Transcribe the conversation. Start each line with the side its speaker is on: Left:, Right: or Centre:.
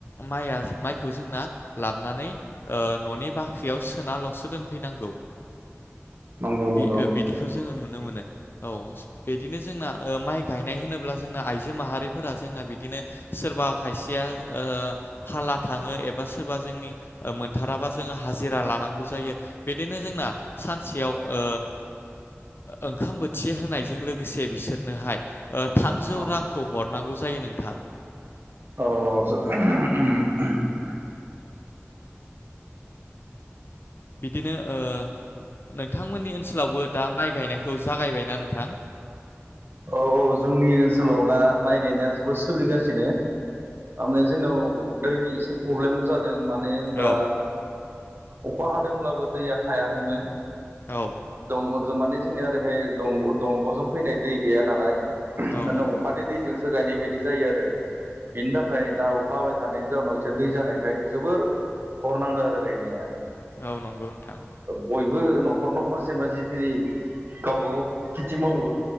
Left: माइया माइखौ जोंना लाबनानै न'नि बाख ख्रियाव सोनाल'सो दोनफैनांगौ
Right: नंगौ नंगौ
Left: बि इ बिदिखौ जोङो नुनो मोनो औ बिदिनो जोंना ओ माइ गायनाय होनोब्ला जोंना आइजो माहारिफोरा जोंना बिदिनो सो बा खायसेया ओ फाला थाङो एबा सोरबा जोंनि मोनथाराबा जोङो हाजिरा लानांगौ जायो बिदिनो जोंना सानसेयाव ओ ओंखाम बोथि होनायजों लोगोसे बिसोरनोहाय ओ थामजौ
Right: औ
Left: रांखौ हरनांगौ जायो। नोंथां
Right: अ <unintelligible>
Left: बिदिनो ओ नोंथांमोननि ओनसोलावबो दा माइ गायनायखौ जागायबायना नोंथां?
Right: औ औ जोंनि ओनसोलाव दा माइ गायनाया जोबोद सोलिगासिनो। थारमाने जोंनाव दैनि एसे प्रब्लेम जादों माने होनबा
Left: औ
Right: अखा हादोंब्लाबो दैया थायाखैमोन
Left: औ
Right: दं माने जोंनिया ओरैहाय दंग' दंग'जों फैनाय दै गैया नालाय
Left: औ
Right: मा
Left: नंगौ
Right: अखानि दैजोंसो गायनाय बायदि जायो आरो बेनि थाखाय दा अखा हाबाय थानायनि जाउनाव एसे दै जानायखाय जोबोर अरनांदो आरो गायनाया
Left: औ नंगौ नोंथां
Right: बयबो न'खर न'खर जेनेबा जिखिनि गावबा गाव खेथि मावो